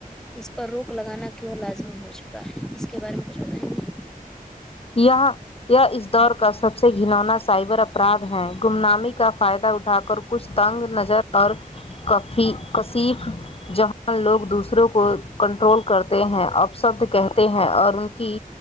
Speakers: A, in the centre; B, on the left.
A: اس پر روک لگانا کیوں لازمی ہو چکا ہے اس کے بارے میں کچھ ستائیں گے
B: یہ یہ اس دور کا سب سے گھلونا سائبر اپرادھ ہیں گم نامک کا فائدہ اٹھا کر کچھ تنگ نظر اور کسیف جہاں لوگ دوسروں کو کنٹرول کرتے ہیں اور شبد کہتے ہیں اور ان کی